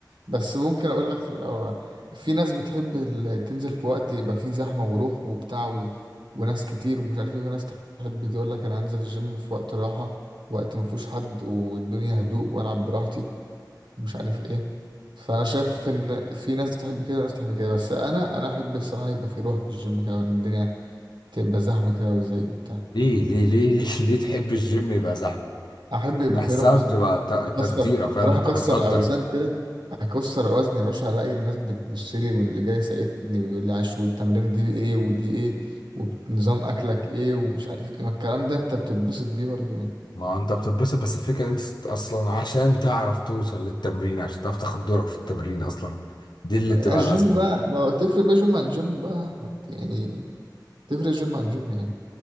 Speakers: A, on the right; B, on the left.
A: بس ممكن اقول لك لو في ناس بتحب ال- تنزل في وقت يبقى فيه زحمة وروح وبتاع و... وناس كتير ومش عارف ايه وناس تحب تقول لك انا هنزل الجيم في وقت راحة وقت ما فيهوش حد والدنيا هدوء والعب براحتي ومش عارف ايه فانا شايف ان في ناس تحب كده وناس تحب كده بس انا انا احب الصراحة يبقى فيه روح في الجيم كده وان الدنيا تبقى زحمة كده وزهق وبتاع
B: ليه ليه ليه <laughs> ليه تحب الجيم يبقى زحمه
A: احب يبقى
B: بحسها
A: فيه روح بصراحه
B: بتبقى ت- تقديره
A: اكسر
B: فاهم
A: اروح
B: انت
A: اكسر
B: متقدر
A: اوزان كده اكسر وزن يا باشا الاقي الناس بتبص لي واللي جاي يساعدني ويقول لي عاش والتمرين دي ايه ودي ايه ونظام اكلك ايه ومش عارف ايه ما الكلام ده انت بتتبسط بيه برضه يعني
B: ما انت بتتبسط بس الفكره ان انت اصلا عشان تعرف توصل للتمرين عشان تعرف تاخد دورك في التمرين اصلا دي اللي
A: ما-
B: بتبقى
A: الجيم
B: الازمه
A: بقى ما هو تفرق بقى جيم عن جيم بقى يا أحمد، يعني تفرق جيم عن جيم يعني